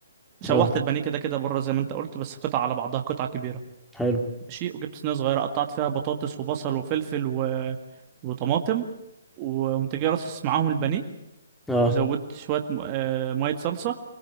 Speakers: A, on the right (about 25°); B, in the centre.
A: شوحت
B: اه
A: البانيه كده كده بره زي ما انت قلت بس قطع على بعضها قطعه كبيره
B: حلو
A: ماشي وجبت صينيه صغيره قطعت فيها بطاطس وبصل وفلفل و... وطماطم وقمت جاي رصص معاهم البانيه
B: اه
A: زودت شويه م... آه ميه صلصه